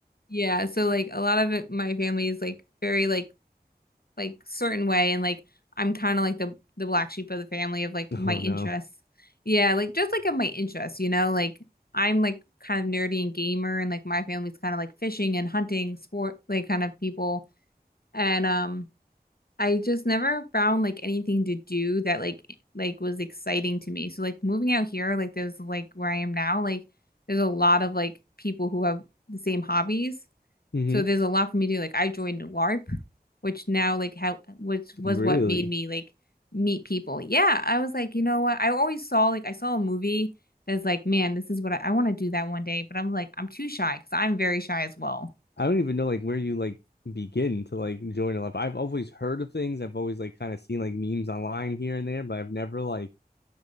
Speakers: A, on the left (about 65°); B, on the left (about 85°).
A: yeah, so like a lot of it my family is like very like like certain way and like I'm kind of like the the black sheep of the family of like
B: <laughs>
A: my
B: Oh
A: interests.
B: no.
A: Yeah, like just like of my interests, you know, like I'm like kind of nerdy and gamer and like my family's kind of like fishing and hunting sport like kind of people. And um I just never found like anything to do that like like was exciting to me. So like moving out here, like there's like where I am now, like there's a lot of like people who have the same hobbies.
B: hmm
A: So there's a lot for me to do. Like I joined LARP, which now like how which was
B: Really?
A: what made me like meet people. Yeah, I was like, you know what? I always saw like I saw a movie that's like, man, this is what I, I want to do that one day. But I'm like, I'm too shy because I'm very shy as well.
B: I don't even know like where you like begin to like join a life. I've always heard of things. I've always like kind of seen like memes online here and there, but I've never like